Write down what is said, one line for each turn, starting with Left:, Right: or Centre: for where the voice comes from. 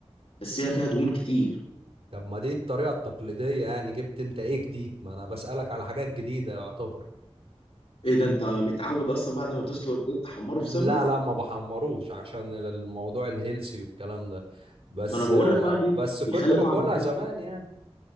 Left: بس هي فيها دهون كتير
Right: طب ما دي الطريقة التقليدية يعني جبت أنت إيه جديد ما أنا بسألك على حاجات جديدة يعتبر
Left: ايه ده انت متعود اصلا بعد ما تسلق البيض تحمره
Right: لا
Left: في سمنه
Right: لا ما بحمروش عشان الموضوع الهيلسي والكلام ده بس
Left: ما انا بقول لك بقى دي
Right: بس كنت
Left: بيخلي
Right: باكلها
Left: طعمه حلو
Right: زمان يعني